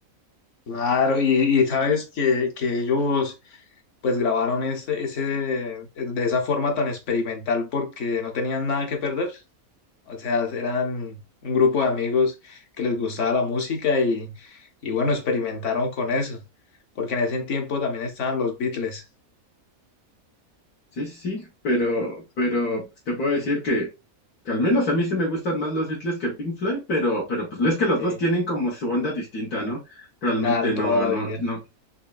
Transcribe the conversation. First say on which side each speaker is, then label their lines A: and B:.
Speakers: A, on the left; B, on the left.
A: Claro, y, y sabes que, que ellos pues grabaron ese, ese, de esa forma tan experimental porque no tenían nada que perder. O sea, eran un grupo de amigos que les gustaba la música y, y bueno, experimentaron con eso. Porque en ese tiempo también estaban los Beatles.
B: Sí, sí, sí, pero, pero pues, te puedo decir que, que al menos a mí sí me gustan más los Beatles que Pink Floyd, pero, pero pues es que los
A: Sí.
B: dos tienen como su onda distinta, ¿no? Realmente
A: Claro,
B: no,
A: toda la
B: no,
A: vida.
B: no,